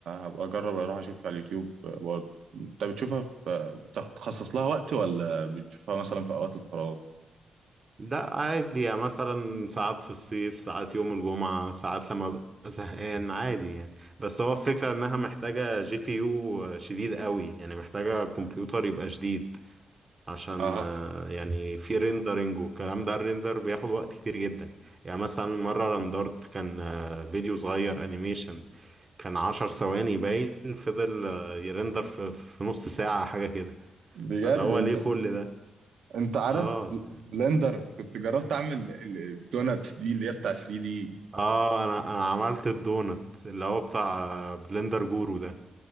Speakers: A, on the right (about 70°); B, on the right (about 25°).
A: هبقى اجرب اروح اشوفها على اليوتيوب برضه انت بتشوفها في بتخصص لها وقت ولا بتشوفها مثلا في اوقات الفراغ
B: ده عادي يعني مثلا ساعات في الصيف ساعات يوم الجمعة ساعات لما ببقى زهقان عادي يعني بس هو الفكرة انها محتاجة جي بي يو شديد قوي يعني محتاجة كمبيوتر يبقى شديد عشان
A: اه
B: آه، يعني في ريندرنج والكلام ده الريندر بياخد وقت كتير جدا يعني مثلا مرة رندرت كان آه، فيديو صغير انيميشن كان عشر ثواني باين فضل آه، يرندر في في نص ساعة حاجة كده
A: بجد
B: فاللي هو
A: انت
B: ليه كل ده
A: انت عارف
B: اه
A: بل- بلندر كنت جربت اعمل ال- الدوناتس دي اللي هي بتاع 3 دي
B: اه انا انا عملت الدونت اللي هو بتاع بلندر جورو ده